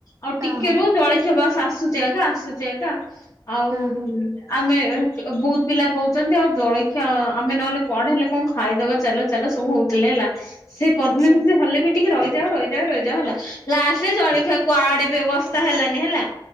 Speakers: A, on the left (about 40°); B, on the right (about 40°).
A: ଆଉ
B: ହଁ
A: ଟିକେ
B: ହଁ
A: ର ଜଳେ ଆ ବସ ଆସୁଛି ଏକା ଆସୁଛି ଏକା। ଆଉ
B: ହଁ ହଁ
A: ଆମେ ବହୁତ ପିଲା କହୁଛନ୍ତି ଆଉ ଜଳଖିଆ ଆମେ ନହେଲେ କୁଆଡେ ହେଲେ କଣ ଖାଇଦବା ଚାଲ ଚାଲ ସବୁ ହଉଥିଲେ ହେଲା ସେ ପଦ୍ମିନ
B: ଆଚ୍ଛା
A: ଦି ହେଲେ ବି ଟିକେ ରହିଯାଉ ରହିଯାଉ ରହିଯାଉ ହେଲା। ଲାଷ୍ଟରେ ଜଳଖିଆ କୁଆଡେ ବି ଅବସ୍ଥା ହେଲାନି ହେଲା।